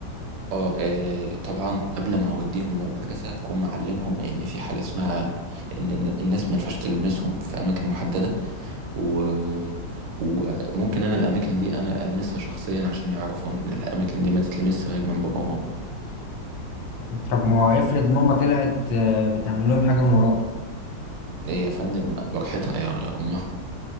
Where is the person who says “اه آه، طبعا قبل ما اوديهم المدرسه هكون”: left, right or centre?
Right